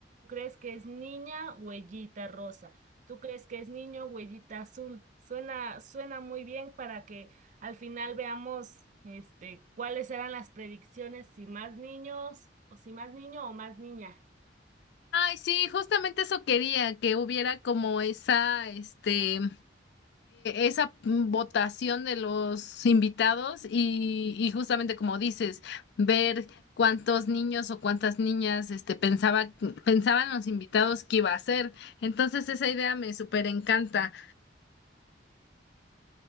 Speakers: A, on the right; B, on the left.
A: crees que es niña, huellita rosa. Tú crees que es niño, huellita azul. Suena, suena muy bien para que al final veamos este cuáles eran las predicciones, si más niños o si más niño o más niña.
B: Ay, sí, justamente eso quería, que hubiera como esa, este, eh, esa votación de los invitados y, y justamente como dices, ver cuántos niños o cuántas niñas, este, pensaba, pensaban los invitados que iba a ser. Entonces esa idea me súper encanta.